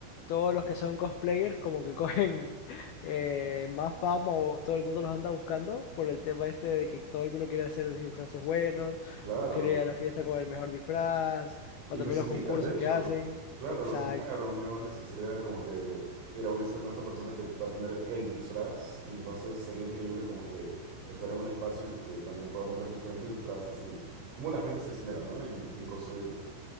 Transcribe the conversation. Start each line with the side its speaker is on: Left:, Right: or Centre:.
Left: todos los que son cosplayers como que cogen <laughs> eh, más fama o todo el mundo los anda buscando por el tema este de que todo el mundo quiere hacer disfraces buenos
Right: Claro.
Left: o quiere ir a la fiesta con el mejor disfraz o
Right: Y
Left: también
Right: los
Left: los
Right: invitan,
Left: concursos
Right: de hecho.
Left: que hacen.
Right: Claro,
Left: Exacto.
Right: los invitan a reuniones y sería como que, mira, voy a estar con esta persona que va a tener el disfraz y entonces sería increíble como que estar en un espacio en el que también podamos ver diferentes disfraces y cómo la gente se esmera, ¿no? En, en construirlo.